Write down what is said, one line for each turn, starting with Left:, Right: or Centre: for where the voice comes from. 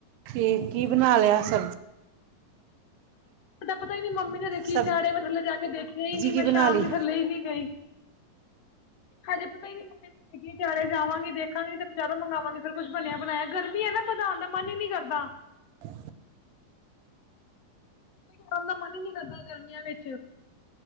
Right: ਠੀਕ, ਕੀ ਬਣਾ ਲਿਆ ਸਬਜ਼ੀ?
Left: ਪਤਾ, ਪਤਾ ਹੀ ਨੀ ਮੰਮੀ ਨੇ ਦੇਖੀ
Right: ਸਬਜ਼ੀ
Left: ਚਾੜੇ ਮੈਂ ਥੱਲੇ ਜਾ ਕੇ ਦੇਖੀਆਂ ਹੀ ਨੀ,
Right: ਕੀ
Left: ਮੈਂ
Right: ਬਣਾ
Left: ਸ਼ਾਮ
Right: ਲਈ
Left: ਨੂੰ ਥੱਲੇ ਹੀ ਨੀ ਗਈ। ਹਜੇ ਪਤਾ ਹੀ ਨਹੀਂ ਮੰਮੀ ਤੇ ਕੀ ਚਾੜਿਆ ਜਾਵਾਂਗੀ ਦੇਖਾਂਗੀ ਤੇ, ਬਾਜ਼ਾਰੋਂ ਮੰਗਵਾਵਾਂਗੇ ਫੇਰ ਕੁਛ ਬਣਿਆ ਬਣਾਇਆ ਗਰਮੀ ਹੈ ਨਾ ਬਨਾਉਣ ਦਾ ਮਨ ਹੀ ਨੀ ਕਰਦਾ।
Right: <unintelligible>
Left: ਖਾਣ ਦਾ ਮਨ ਹੀ ਨੀ ਕਰਦਾ ਗਰਮੀਆਂ ਵਿੱਚ,